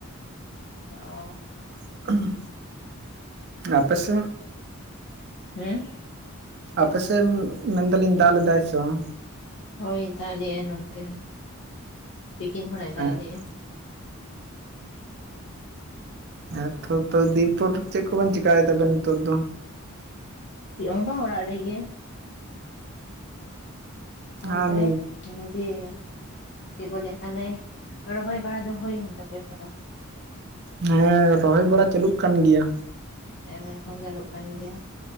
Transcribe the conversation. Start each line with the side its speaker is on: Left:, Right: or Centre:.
Left: ᱚ᱾
Right: <inaudible> ᱟᱯᱮ ᱥᱮᱫ?
Left: ᱦᱩᱸ?
Right: ᱟᱯᱮᱥᱮᱫ ᱢᱮᱱᱫᱟᱞᱤᱧ ᱫᱟᱜ ᱞᱮᱫᱟᱭ ᱥᱮ ᱵᱟᱝ?
Left: ᱦᱳᱭ ᱫᱟᱜ ᱞᱮᱜ-ᱟᱭ ᱱᱚᱱᱛᱮ ᱦᱚᱸ ᱛᱤᱠᱤᱱ ᱠᱷᱚᱲᱟᱜ-ᱮ ᱫᱟᱜ
Right: ᱦᱮᱸᱛᱚ
Left: ᱞᱮᱜ-ᱟ᱾
Right: ᱦᱮᱸᱛᱚ ᱛᱚ ᱫᱤ ᱯᱚᱨ ᱪᱮᱫ ᱠᱚᱵᱮᱱ ᱪᱤᱠᱟᱭ ᱫᱟᱵᱮᱱ ᱱᱤᱛᱚᱜ ᱫᱚ?
Left: ᱪᱮᱫ ᱦᱚᱵᱟᱝ ᱦᱚᱲᱟᱜ ᱨᱮ ᱜᱮ, ᱛᱟᱨᱯᱚᱨᱮ
Right: ᱟᱨ ᱦᱮᱸ
Left: ᱡᱮ, ᱪᱮᱫ ᱠᱚ ᱞᱟᱹᱭᱟ ᱛᱟᱦᱚᱞᱮ ᱨᱚᱦᱚᱭ ᱵᱟᱲᱟ ᱫᱚ ᱦᱩᱭᱮᱱ ᱛᱟᱯᱮᱭᱟ ᱥᱮ ᱵᱟᱝ?
Right: ᱦᱮᱸ ᱨᱚᱦᱚᱭ ᱵᱟᱲᱟ ᱪᱟᱹᱞᱩᱜ ᱠᱟᱱ ᱜᱮᱭᱟ,
Left: ᱮᱢ ᱮᱠᱷᱚᱱ ᱡᱟᱹᱞᱩᱜ ᱠᱟᱱ ᱜᱮᱭᱟ,